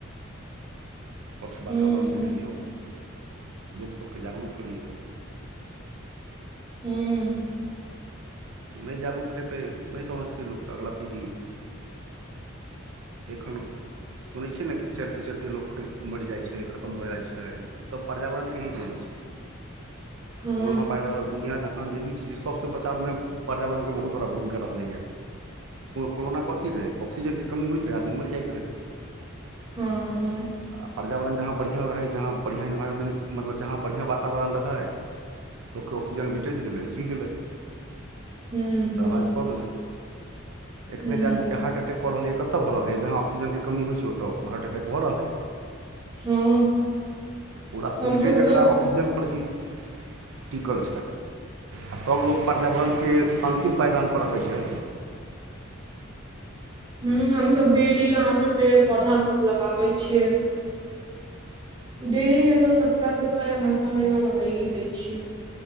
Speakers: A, on the right; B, on the right.
A: स्वच्छ वातावरण
B: हूँ हूँ
A: बनैौ लोक सबके जागरूक करिय
B: हूँ
A: नहि जागरूक हेतै नहि समझतै लोक तऽ अगिल पीढ़ी एख सुनै छियै ने कि चलते चलते लोक मरि जाइ छै खतम भ जाइ छै ई सब पर्यावरणके ही देल छै
B: हँ
A: कोरोना वायरस दुनिया जहाँ जे भी छ सबसँ बचावमे पर्यावरणके बहुत बड़ा भूमिका रहलै कोरोना कथी रहै ऑक्सीजनके कमी होइत रहै आदमी मरि जाइत रह
B: हँ ह
A: आ पर्यावरण जहाँ बढ़िआँ रहै जहाँ बढ़िआँ इन्वायरमेंट मतलब जहाँ बढ़िआँ वातावरण रह लोक ऑसीजन भेट गेलै जी गेलै
B: हूँ हूँ
A: सर्वाइव कऽ गेल एखने
B: हूँ
A: जे आमीके ह्टैकऽ रहलैए कतय भऽ रहलैएहाँ ऑक्सीजनके कीइत छै ओतय हार्टअटै भऽ रहलै
B: हँ
A: तऽ पूरा शरीरे
B: हमसब
A: जकरा
B: तऽ
A: ऑक्सीजनपर ह टिकल आओर तब लोग पर्यावरणके अन्तिम पायदान पर रखै छ
B: ह हमस डेली यहां पे पेड़ पौधा सब लगाबे छिय डेलीमे तऽ सप्ताह सप्ताह या महीना महीना लगाइे दै छिय